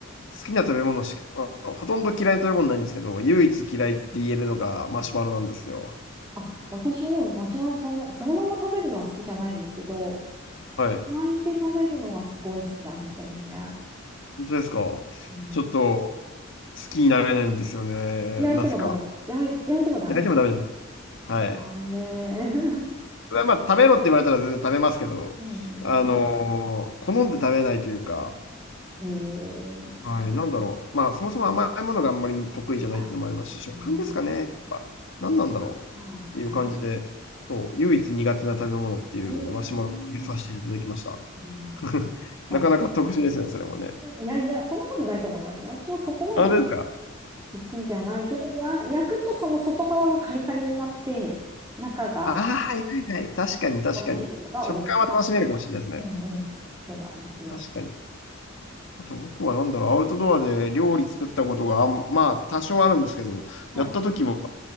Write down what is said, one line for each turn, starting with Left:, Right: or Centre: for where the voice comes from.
Left: 好きな食べ物しか、あ、ほとんど嫌いな食べ物ないんですけど、唯一嫌いって言えるのがマシュマロなんですよ。
Right: あ、私もマシュマロそんな、そのまま食べるのは好きじゃないんですけど、
Left: はい。
Right: 焼いて食べるのはすごい好きなんですよね。
Left: 本当ですか。
Right: うん。
Left: ちょっと、好きになれないんですよね。
Right: 焼いてもダメ。
Left: なぜか。
Right: やめ、焼いてもダメ。
Left: 焼いてもダメです。はい。
Right: 残念。<laughs>
Left: まあ、食べろって言われたら全然食べますけど、
Right: うん、
Left: あの、好んで食べないというか、
Right: えー。
Left: はい、なんだろう。まあ、そもそも甘いものがあんまり得意じゃないっていうのもありますし、
Right: あ、
Left: 食感ですかね。
Right: うん。
Left: やっぱ、何なんだろうっていう感じで、
Right: あ、はい。
Left: そう、唯一苦手な食べ物っていうので、
Right: うーん。
Left: マシュマロを入れさせていただきました。
Right: うん
Left: <laughs>
Right: ダメ
Left: なかなか特殊ですね、それもね。
Right: いやいや、そんなことないと思いますよ。私もそこまで
Left: あ、本当ですか
Right: 好きじゃないけど、いや、焼くとその外側がカリカリになって、中が
Left: ああー、はいはいはい。確かに確かに。
Right: とろけるのが美味しい。
Left: 食感は楽しめるかもしれないですね。
Right: うんうん。そうなんですよ。
Left: 確かに。あと僕はなんだろう、アウトドアで料理作ったことがあん、まあ多少あるんですけど、
Right: はい。
Left: やった時は、